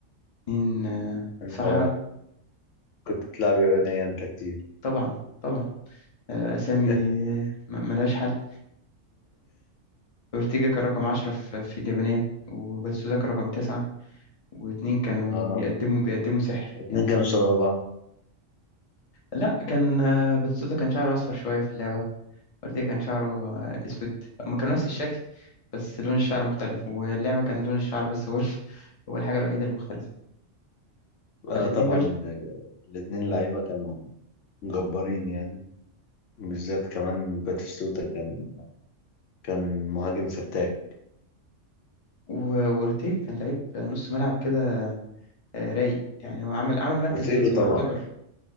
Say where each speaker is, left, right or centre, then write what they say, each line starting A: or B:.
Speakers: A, on the left; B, on the left.
A: اتنين آه
B: أنت
A: صحراء
B: كنت تلعب يابانية أنت كتير
A: طبعا طبعا آه أسامي
B: <laughs>
A: آه، م- ملهاش حل أورتيجا كان رقم عشرة في في اليابانية وباتيستوتا كان رقم تسعة واتنين كانوا
B: اه
A: بيقدموا بيقدموا سحر
B: الاثنين
A: يعني
B: كانوا شبه بعض
A: لا كان آه، باتيستوتا كان شعره أصفر شوية في اللعبة أورتيجا كان شعره آه، أسود هما كانوا نفس الشكل بس لون الشعر مختلف واللعبة كان لون الشعر بس هو ال- <laughs> هو الحاجة الوحيدة اللي مختلفة
B: آه
A: فالاتنين
B: طبعا
A: دول
B: الاثنين لعيبة كانوا جبارين يعني بالذات كمان باتيستوتا كان كان مهاجم فتاك
A: و- وأورتيجا كان لعيب نص ملعب كده آه، رايق يعني هو عمل عمل مركز
B: اورتيجو
A: باسمه
B: طبعا
A: يعتبر